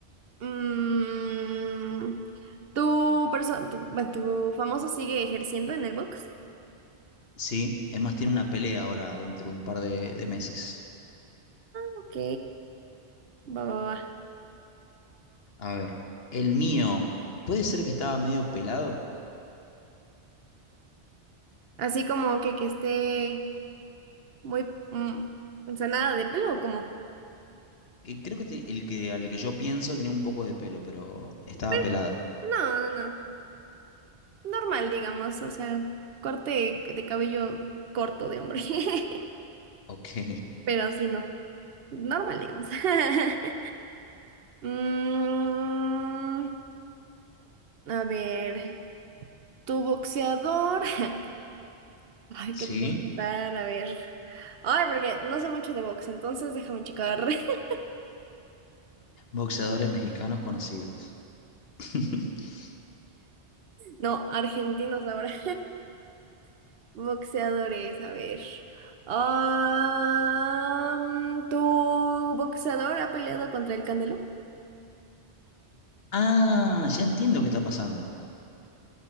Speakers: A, on the right; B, on the left.
A: Mm, ¿tu perso- tu, bueno, tu famoso sigue ejerciendo en el box?
B: Sí, es más, tiene una pelea ahora dentro de un par de, de meses.
A: Ok, va, va, va.
B: A ver, el mío, ¿puede ser que estaba medio pelado?
A: Así como que, que esté muy... mm, o sea, nada de pelo, como...
B: Y creo que te- el que al que yo pienso tenía un poco de pelo, pero estaba
A: Pues,
B: pelado.
A: no, no, no. normal, digamos, o sea, corte de cabello corto de hombre, <laughs>
B: Ok, <laughs>
A: pero sí, no, normal, digamos. <laughs> Mm, a ver, tu boxeador, <laughs> ay,
B: sí.
A: ¿qué te puedo contar? A ver, ay, porque no sé mucho de box, entonces déjame checar. <laughs>
B: Boxeadores mexicanos conocidos. <laughs>
A: No, argentinos ahora. <laughs> Boxeadores, a ver. Ah, ¿tu boxeador ha peleado contra el Canelo?
B: Ah, ya entiendo qué está pasando.